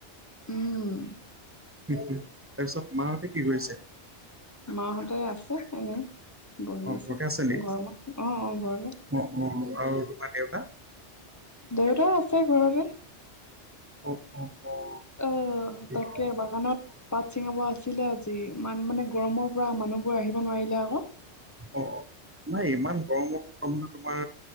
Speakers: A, on the left (about 15°); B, on the right (about 20°).
A: উম
B: তাৰ পিছত মাহঁতে কি কৰিছে
A: মাহঁতে আছে এনেই বহি
B: অ',
A: আছে
B: ঘৰতে নি?
A: গৰমত অ অ ঘৰতে
B: অ অ আৰু তোমাৰ দেউতা
A: দেউতা আছে ঘৰতে
B: অ অ অ'
A: অহ তাকে
B: অ'
A: বাগানত পাত চিঙাব আছিলে আজি মান মানে গৰমৰ পৰা মানুহবোৰ আহিব নোৱাৰিলে আক
B: অ নাই ইমান গৰমত ত মানে তোমাৰ